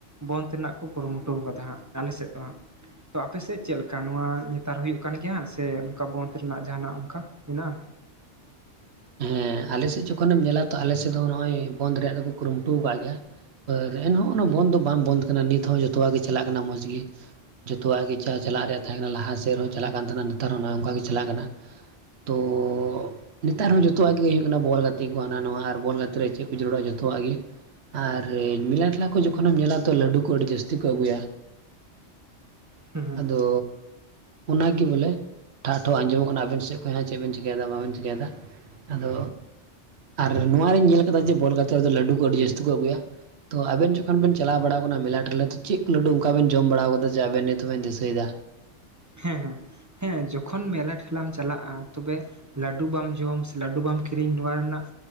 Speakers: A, on the right; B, on the right.
A: ᱵᱚᱱᱫᱷ ᱨᱮᱱᱟᱜ ᱠᱚ ᱠᱩᱨᱩᱢᱩᱴᱩ ᱠᱟᱫᱟ ᱦᱟᱸᱜ ᱟᱞᱮ ᱥᱮᱫ ᱫᱚᱦᱟᱸᱜ᱾ ᱛᱚ ᱟᱯᱮᱥᱮᱫ ᱪᱮᱫ ᱞᱮᱠᱟ ᱱᱚᱣᱟ ᱱᱮᱛᱟᱨ ᱦᱩᱭᱩᱜ ᱠᱟᱱ ᱜᱮᱭᱟ ᱥᱮ ᱚᱱᱠᱟ ᱵᱚᱱᱫᱷ ᱨᱮᱱᱟᱜ ᱡᱟᱦᱱᱟᱜ ᱚᱱᱠᱟ᱾ ᱦᱮᱱᱟᱜᱻᱟ
B: ᱦᱮᱸ ᱟᱞᱮᱥᱮᱫ ᱡᱚᱠᱷᱚᱱᱮᱢ ᱧᱮᱞᱟ ᱛᱚ ᱟᱞᱮᱥᱮᱫ ᱫᱚ ᱱᱚᱜᱚᱭ ᱵᱚᱱᱫᱷ ᱨᱮᱭᱟᱜ ᱫᱚ ᱠᱩᱨᱩᱢᱴᱩ ᱟᱠᱟᱫ ᱜᱮᱭᱟ᱾ ᱮᱱᱦᱚᱸ ᱚᱱᱟ ᱵᱚᱱᱫᱷ ᱫᱚ ᱵᱟᱝ ᱵᱚᱱᱫᱷ ᱠᱟᱱᱟ ᱱᱤᱛ ᱦᱚᱸ ᱡᱚᱛᱚᱣᱟᱜ ᱜᱮ ᱪᱟᱞᱟᱜ ᱠᱟᱱᱟ ᱢᱚᱸᱡᱽ ᱜᱮ᱾ ᱡᱚᱛᱚᱣᱟᱜ ᱜᱮ ᱡᱟ ᱪᱟᱞᱟᱜ ᱨᱮᱭᱟᱜ ᱛᱟᱸᱦᱮ ᱠᱟᱱᱟ ᱞᱟᱦᱟ ᱥᱮᱫ ᱨᱮᱸᱦᱚ ᱪᱟᱞᱟᱜ ᱠᱟᱱ ᱛᱟᱦᱮᱱᱟ ᱱᱮᱛᱟᱨ ᱦᱚᱸ ᱱᱚᱭ ᱚᱱᱠᱟᱜᱮ ᱪᱟᱞᱟᱜ ᱠᱟᱱᱟ᱾ ᱛᱳ ᱱᱮᱛᱟᱨ ᱦᱚᱸ ᱡᱷᱚᱛᱚᱣᱟᱜ ᱜᱮ ᱦᱩᱭᱩᱜ ᱠᱟᱱᱟ ᱵᱚᱞ ᱜᱟᱛᱮ ᱠᱚ ᱦᱟᱱᱟ ᱱᱚᱣᱟ ᱟᱨ ᱵᱚᱞ ᱜᱟᱛᱮᱜ ᱨᱮ ᱪᱮᱫ ᱠᱚ ᱡᱟᱹᱨᱩᱲᱟᱼᱟ ᱡᱚᱛᱚᱣᱟᱜ ᱜᱮ᱾ ᱟᱨ ᱢᱮᱞᱟ ᱴᱷᱮᱞᱟ ᱠᱚ ᱡᱚᱠᱷᱚᱱᱮᱢ ᱧᱮᱞᱟ ᱛᱚ ᱞᱟᱹᱰᱩ ᱠᱚ ᱟᱹᱰᱤ ᱡᱟᱹᱥᱛᱤ ᱠᱚ ᱟᱹᱜᱩᱭᱟ᱾
A: ᱦᱩᱸ ᱦᱩᱸ
B: ᱟᱫᱚ ᱚᱱᱟᱜᱮ ᱵᱚᱞᱮ ᱴᱟᱜ ᱴᱚᱜ ᱟᱸᱡᱚᱢᱚᱜ ᱠᱟᱱᱟ ᱟᱵᱮᱱ ᱥᱮᱡ᱾ ᱦᱮᱸ ᱵᱮᱱ ᱪᱮᱠᱟᱹᱭᱟ ᱵᱟᱵᱮᱱ ᱪᱤᱠᱟᱹᱭᱮᱫᱟ᱾ ᱟᱫᱚ ᱟᱨ ᱱᱚᱣᱟᱨᱤᱧ ᱧᱮᱞ ᱠᱟᱫᱟ ᱡᱮ ᱵᱚᱞ ᱜᱟᱛᱮ ᱨᱮᱫᱚ ᱞᱟᱹᱰᱩ ᱠᱚ ᱟᱹᱰᱤ ᱡᱟᱹᱥᱛᱤ ᱠᱚ ᱟᱹᱜᱩᱭᱟ᱾ ᱛᱚ ᱟᱵᱮᱱ ᱡᱚᱠᱷᱚᱱ ᱵᱮᱱ ᱪᱟᱞᱟᱣ ᱵᱟᱲᱟ ᱟᱠᱟᱱᱟ ᱢᱮᱞᱟ ᱴᱷᱮᱞᱟ ᱨᱮ ᱛᱚ ᱪᱮᱫ ᱞᱟᱹᱰᱩ ᱚᱱᱠᱟ ᱵᱮᱱ ᱡᱚᱢ ᱵᱟᱲᱟ ᱟᱠᱟᱫᱟ ᱡᱮ ᱟᱵᱮᱱ ᱱᱤᱛ ᱦᱚᱸᱵᱮᱱ ᱫᱤᱥᱟᱹᱭᱮᱫᱟ᱾
A: ᱦᱮᱸ ᱦᱮᱸ ᱦᱮᱸ ᱡᱚᱠᱷᱚᱱ ᱢᱮᱞᱟ ᱴᱷᱮᱞᱟᱢ ᱪᱟᱞᱟᱜᱼᱟ ᱛᱚᱵᱮ᱾ ᱞᱟᱹᱰᱩ ᱵᱟᱢ ᱡᱚᱢ ᱥᱮ ᱞᱟᱹᱰᱩ ᱵᱟᱢ ᱠᱤᱨᱤᱧ ᱱᱚᱣᱟ ᱨᱮᱱᱟᱜ᱾